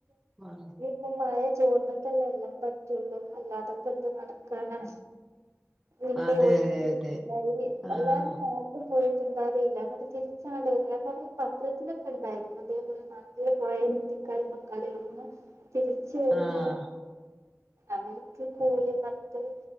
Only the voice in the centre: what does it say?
ആ
അതെ
അതെ അതെ
ആഹ്
ആഹ്